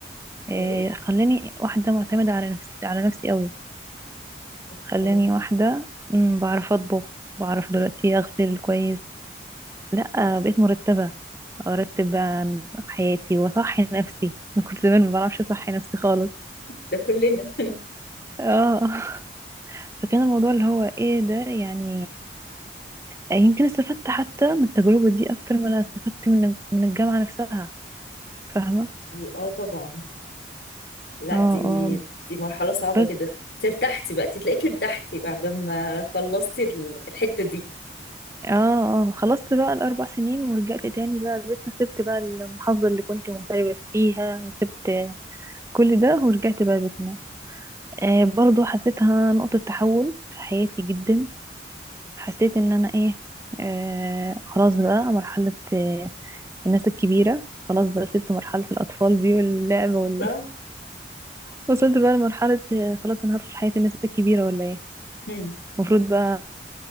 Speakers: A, on the right (about 15°); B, on the left (about 60°).
A: آه
B: اوكي
A: خلاني واحدة معتمدة على نفسي على نفسي قوي
B: اوكي
A: خلاني واحدة مم، بعرف اطبخ بعرف دلوقتي اغسل كويس لا بقيت مرتبة ارتب بقى حياتي واصحي نفسي انا كنت زمان ما بعرفش اصحي نفسي خالص
B: ده كلنا <laughs>
A: اه <laughs> فكان الموضوع اللي هو ايه ده يعني يمكن استفدت حتى من التجربة دي اكتر ما انا استفدت من من الجامعة نفسها فاهمة
B: دي- اه طبعا لا
A: اه
B: دي
A: اه
B: دي مرحلة صعبة
A: بس
B: جدا انت ارتحتي بقى انت تلاقيكي ارتحتي بعد ما خلصتي ال- الحتة دي
A: اه اه خلصت بقى الاربع سنين ورجعت تاني بقى بيتنا سبت بقى المحافظة اللي كنت مغتربة فيها وسبت كل ده ورجعت بقى بيتنا آه برضو حسيتها نقطة تحول في حياتي جدا حسيت ان انا ايه آه خلاص بقى مرحلة آه الناس الكبيرة خلاص بقى سبت مرحلة الأطفال دي واللعب وال...
B: صح؟
A: وصلت بقى لمرحلة آه، خلاص أنا هدخل حياة الناس الكبيرة ولا إيه
B: مم.
A: المفروض بقى